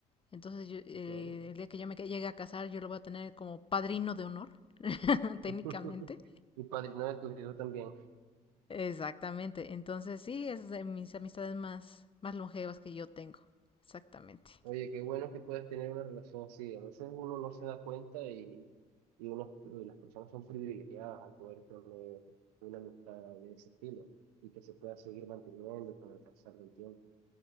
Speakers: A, on the left; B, on the right.
A: entonces yo, eh,
B: ok.
A: el día que yo me que- llegue a casar yo lo voy a tener como padrino de honor, <laughs> técnicamente.
B: <laughs> Y padrino de tus hijos también.
A: Exactamente, entonces sí, es de mis amistades más, más longevas que yo tengo, exactamente.
B: Oye, qué bueno que puedas tener una relación así. A veces uno no se da cuenta y, y, uno, y las personas son privilegiadas al poder tener una amistad de ese estilo y que se pueda seguir manteniendo con el pasar del tiempo.